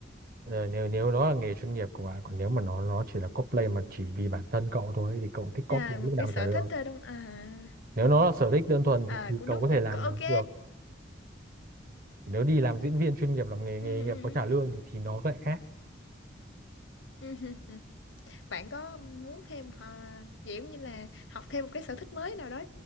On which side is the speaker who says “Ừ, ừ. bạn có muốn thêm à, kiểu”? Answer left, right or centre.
Left